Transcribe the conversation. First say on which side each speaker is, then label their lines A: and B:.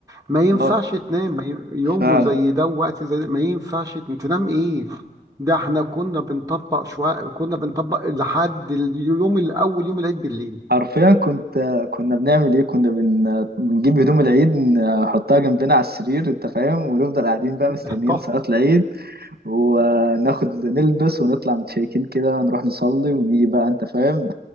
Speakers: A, on the right; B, on the right.
A: ما ينفعش
B: اه
A: تنام ما ي- يوم
B: فعلا
A: زي ده ووقت زي ده ما ينفعش تن- تنام ايه ده احنا كنا بنطبق شوية كنا بنطبق لحد اليوم الأول يوم العيد بالليل
B: حرفيا كنت كنا بنعمل ايه كنا بن... بنجيب هدوم العيد نحطها جنبنا على السرير انت فاهم ونفضل قاعدين بقى
A: <laughs>
B: مستنيين
A: طب
B: صلاة العيد وناخد نلبس ونطلع متشيكين كده نروح نصلي ونيجي بقى انت فاهم